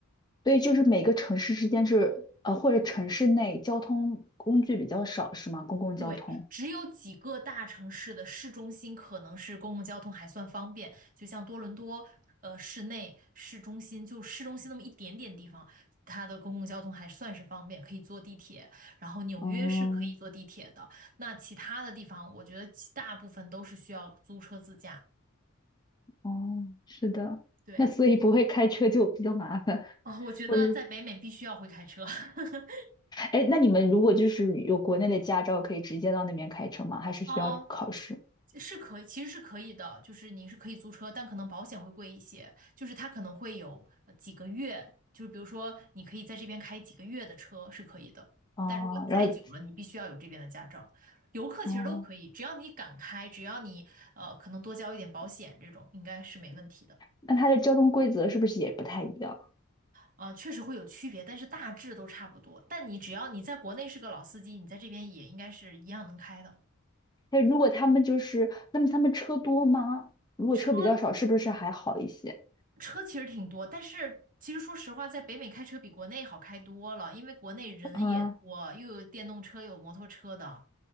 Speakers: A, on the left; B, on the right.
A: 所以就是每个城市之间是呃，或者城市内交通工具比较少，是吗？公共交通。
B: 对，只有几个大城市的市中心可能是公共交通还算方便，就像多伦多，呃，市内、市中心，就市中心那么一点点地方，它的公共交通还算是方便，可以坐地铁。然后纽约是可以坐地铁的，
A: 哦
B: 那其他的地方，我觉得其大部分都是需要租车自驾。
A: 哦，是的。
B: 对，
A: 那所以不会开车就比较麻烦，
B: <laughs> 啊，我觉得在北美必须要会开车。
A: 或者。
B: <laughs>
A: 哎，那你们如果就是有国内的驾照，可以直接到那边开车吗？还是需要考试？
B: 哦，是可以，其实是可以的，就是你是可以租车，但可能保险会贵一些，就是它可能会有呃几个月，就是比如说你可以在这边开几个月的车是可以的，
A: 啊？
B: 但如果再久了，
A: 然后
B: 你必须要有这边的驾照。游客其实都可以，
A: 哦，
B: 只要你敢开，只要你呃可能多交一点保险，这种应该是没问题的。
A: 那它的交通规则是不是也不太一样？
B: 啊，确实会有区别，但是大致都差不多。但你只要你在国内是个老司机，你在这边也应该是一样能开的。
A: 哎，如果他们就是，那么他们车多吗？如果车比较少，
B: 车
A: 是不是还好一些？
B: 车其实挺多，但是其实说实话，在北美开车比国内好开多了，因为国内人也多，
A: <laughs> 啊，
B: 又有电动车，又有摩托车的。